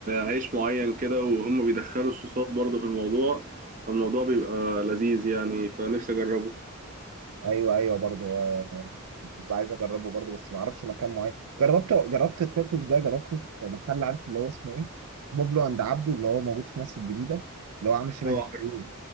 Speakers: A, on the right; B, on the right.
A: عيش معين كده وهم بيدخلوا الصوصات برضه في الموضوع الموضوع بيبقى لذيذ يعني فنفسي أجربه
B: ايوه ايوه برضه آه، ببقى عايز اجربه برضه بس ما اعرفش مكان معين جربته جربت التاكل ده جربته في محل عارف اللي هو اسمه ايه بوبلو عند عبده اللي هو موجود في مصر الجديده اللي هو عامل شبه
A: اه عارف
B: ايه